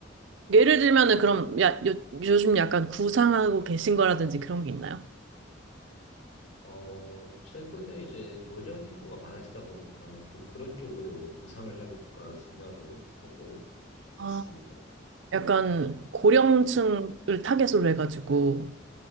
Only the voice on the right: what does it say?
예를 들면은 그럼 야, 요, 요즘 약간 구상하고 계신 거라든지 그런 게 있나요?
아,
약간 고령층을 타겟으로 해가지고